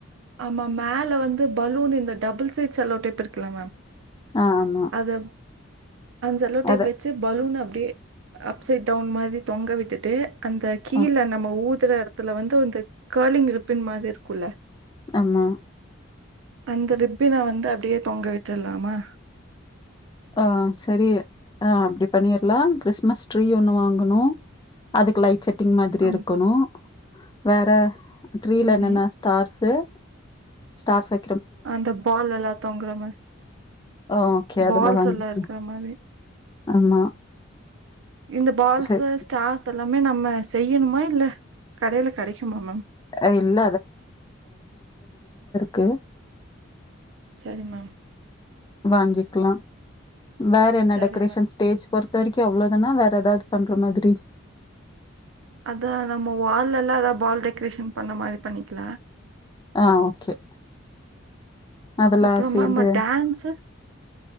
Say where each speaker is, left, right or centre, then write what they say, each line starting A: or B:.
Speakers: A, on the right (about 65°); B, on the left (about 20°).
A: ஆமா மேல வந்து பலூன் இந்த டபுள் சைட் செல்லோடேப் இருக்கல மேம்
B: ஆ ஆமா.
A: அத செலோடேப்
B: அத
A: வச்சு பலூன் அப்டியே அப் சைட் டவுன் மாதிரி தொங்க விட்டுட்டு அந்த கீழ
B: அ
A: நம்ம ஊ த்துற எடத்துல வந்து இந்த ஃகேலிங் ரிப்பன் மாதிரி இருக்குல்ல
B: ஆமா
A: அந்த ரிப்பின வந்து அப்டியே தொங்க விட்ருலாமா?
B: ஆ, சரி ஆ அப்டி பண்ணிர்லா கிறிஸ்மஸ் ட்ரீ ஒண்ணு வாங்குணு. அதுக்கு லைட் செட் டிங் மாதிரி
A: ஆம்
B: இருக்கணு. வேற ட்ரீல
A: சரி
B: என்னன்ன ஸ்டார்ஸு ஸ்டார்ஸ் வை
A: அந்த பால் எல்லா தொங்குற மாரி
B: ஓகே. அதெல்லாம்
A: பால்
B: வாங்கிக்கலாம்.
A: ஸ் எல்லா இருக்கற மாரி
B: ஆமா
A: இந்த பால்ஸு,
B: சரி.
A: ஸ்டார்ஸ் எல்லாமே நம்ம ம செய்யணுமா? இல்ல கடையில கெடக்குமா மேம்?
B: அஹ் இல்ல க்கு
A: சரி மேம்,
B: வாங்கிக்குலா வேற என்ன
A: சரி
B: டெக்கரேஷன்
A: மேம்.
B: ஸ்டேஜ் பொறுத் இது வரைக்கும் அவ்ளோவு தானா வேற ஏதாவது பண்ற மாதிரி
A: அதா நம்ம வால்லல்லா ஏதாவ் பால் டெக்கரேஷன் பண்ண மாதிரி பண்ணிக்கிலா
B: ஆ ஓகே அதெல்லா
A: அப்புறம்
B: சேந்து
A: மேம் டான்ஸு